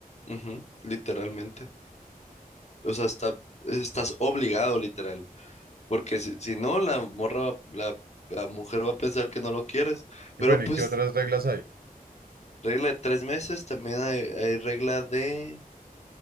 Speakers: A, on the left; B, on the right.
A: Ujú, literalmente. O sea, está, estás obligado, literal. Porque si, si no, la morra, va- la, la mujer va a pensar que no lo quieres. Pero
B: Y bueno,
A: pues
B: ¿y qué otras reglas hay?
A: Regla de tres meses, también hay, hay regla de,